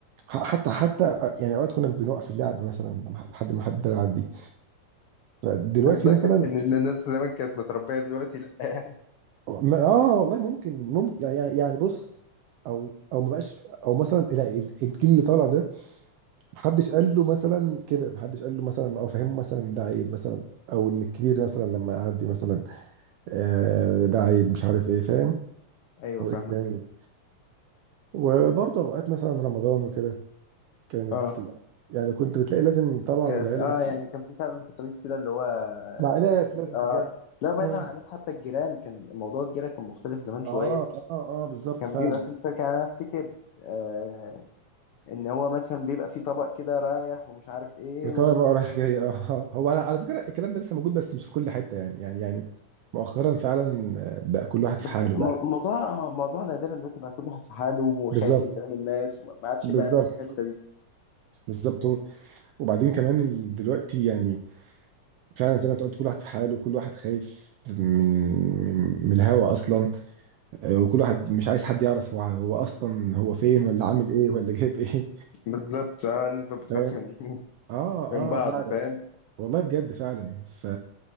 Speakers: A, on the right; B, on the left.
A: ح- حتى حتى آه، يعني اوقات كنا بنوقف اللعب مثلا لما- لحد ما حد يعدي فدلوقتي
B: قصدك
A: مثلا
B: <laughs> ان الناس زمان كانت متربية دلوقتي لا يعني
A: ما- اه والله ممكن ممكن يعني يعني يعني بص او او ما بقاش او مثلا لا، ال- الجيل اللي طالع ده محدش قال له مثلا كده محدش قال له مثلا او فهمه مثلا ده عيب مثلا او ان الكبير مثلا لما يعدي مثلا آه ده عيب مش عارف ايه فاهم
B: ايوه
A: هو
B: فاهمك
A: إيه ده؟ وبرضه اوقات مثلا رمضان وكده كانت
B: اه
A: يعني كنت بتلاقي لازم طبعا
B: كانت
A: العيله
B: اه يعني كان في فعلا تقاليد كده اللي هو
A: العائلات
B: يعني
A: لازم
B: اه
A: تتجمع
B: لو بعيدا
A: مم.
B: عن العادات حتى الجيران كان موضوع الجيرة كان مختلف زمان شوية
A: اه اه اه بالظبط
B: كان
A: فعلا
B: بيبقى في مشاكل يعني انا افتكر آه ان هو مثلا بيبقى في طبق كده رايح ومش عارف ايه
A: ايطاليا
B: و...
A: بقى رايح جاي اه آه. هو على على فكره الكلام ده لسه موجود بس مش في كل حته يعني يعني يعني مؤخرا فعلا آه، بقى كل واحد
B: بس
A: في حاله
B: مو-
A: بقى
B: موضوع موضوع نادرا دلوقتي بقى كل واحد في حاله وخايف
A: بالظبط
B: من كلام الناس وما ما عادش
A: بالظبط
B: بقى في الحتة دي
A: بالظبط و- وبعدين كمان ال- دلوقتي يعني فعلا زي ما انت قلت كل واحد في حاله وكل واحد خايف من من, من الهوا اصلا آه، وكل واحد مش عايز حد يعرف هو هو اصلا هو فين ولا عامل ايه ولا جايب ايه
B: بالظبط اه الناس بقت بتخاف
A: فاهم
B: من <laughs>
A: اه
B: من بعض
A: اه فعلا
B: فاهم
A: والله بجد فعلا ف